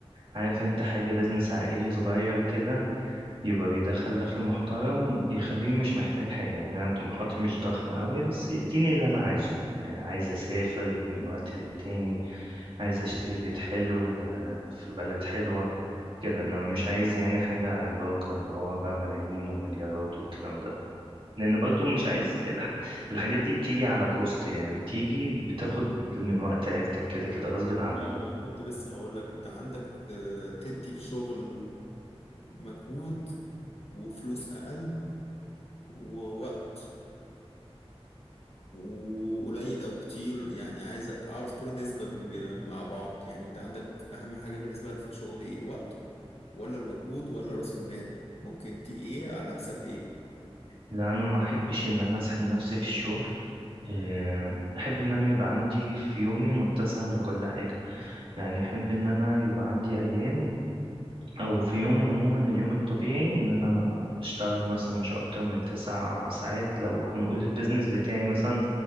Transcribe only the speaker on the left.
انت
اه ما انا كنت لسه هقول لك انت عندك آه، تدي الشغل مجهود وفلوس اقل ووقت وقليل او كتير يعني عايز اعرف كل نسبة ب- مع بعض يعني انت عندك اهم حاجة بالنسبة لك في الشغل ايه الوقت ولا المجهود ولا راس المال ممكن تيجي ايه على حساب ايه